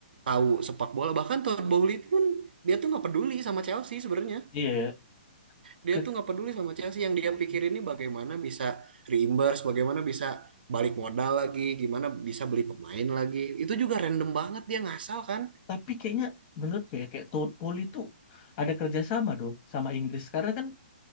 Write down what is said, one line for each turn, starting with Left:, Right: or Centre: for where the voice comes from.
Right: tahu sepak bola. Bahkan Todd Bowley pun dia tuh nggak peduli sama Chelsea sebenarnya.
Left: iya ya.
Right: Dia
Left: Ke-
Right: tuh nggak peduli sama Chelsea. Yang dia
Left: Mm.
Right: pikirin ini bagaimana bisa reimburse, bagaimana bisa balik modal lagi, gimana bisa beli pemain lagi. Itu juga random banget dia ngasal kan.
Left: tapi kayaknya menurut gue ya, kayak Todd Poli tuh ada kerjasama dong sama Inggris karena kan